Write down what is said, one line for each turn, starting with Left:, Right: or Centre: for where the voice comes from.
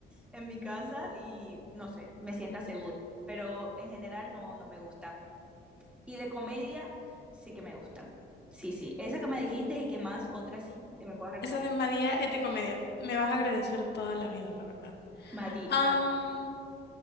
Centre: en mi casa y, no sé, me sienta segura. Pero en general no, no me gusta. Y de comedia sí que me gusta. Sí, sí. Esa que me dijiste y que más otra sí que me puedas recomendar.
Left: Esa de María es de comedia. Me vas a agradecer toda la vida, la verdad.
Centre: Mati,
Left: Am,
Centre: a-